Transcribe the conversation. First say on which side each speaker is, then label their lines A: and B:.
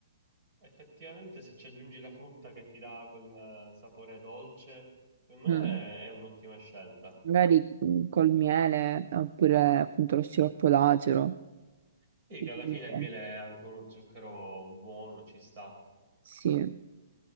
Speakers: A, on the right (about 30°); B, on the right (about 45°).
A: effettivamente se ci aggiungi la frutta che ti dà quel eh, sapore dolce, secondo
B: Mm.
A: me è un'ottima scelta.
B: Magari mm, col miele oppure appunto lo sciroppo d'acero.
A: Sì,
B: Comunque,
A: che alla fine il miele è anche uno zucchero buono, ci sta.
B: Sì,